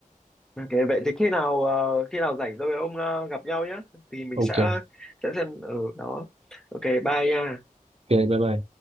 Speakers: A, in the centre; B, on the right.
A: ok vậy thì khi nào ờ, khi nào rảnh tôi với ông ờ, gặp nhau nhé thì mình
B: ok
A: sẽ
B: ok
A: sẽ xem ở đó ok bye nha
B: bye bye